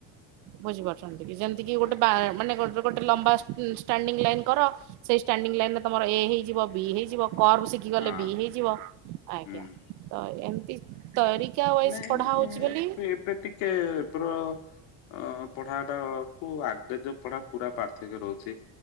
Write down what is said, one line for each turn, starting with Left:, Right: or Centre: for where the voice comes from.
Right: ବୁଝିପାରୁଛନ୍ତି କି ଯେମିତି କି ଗୋଟେ
Left: ଆଜ୍ଞା
Right: ବା ମାନେ ଗୋ ଗୋଟେ ଲମ୍ବା ଷ୍ଟାଣ୍ଡିଙ୍ଗ୍ ଲାଇନ୍ କର ସେଇ ଷ୍ଟାଣ୍ଡିଙ୍ଗ୍ ଲାଇନ୍ ରେ ତମର ଏ ହେଇଯିବ ବି ହେଇଯିବ କର୍ବ ଗଲେ
Left: ହଁ
Right: ବି ହେଇଯିବ ଆଜ୍ଞା
Left: ହୁଁ
Right: ତ ଏମତି ତରିକା। ୱାଇଜ
Left: ନାଇ
Right: ପଢା ହଉଛି ବୋଲି
Left: ଏବେ ଟିକେ ବ୍ର ଅ ପଢ଼ା ଟା କୁ ଆଗ ଯଉ ପଢ଼ା ପୁରା ପାର୍ଥକ୍ୟ ରହୁଛି।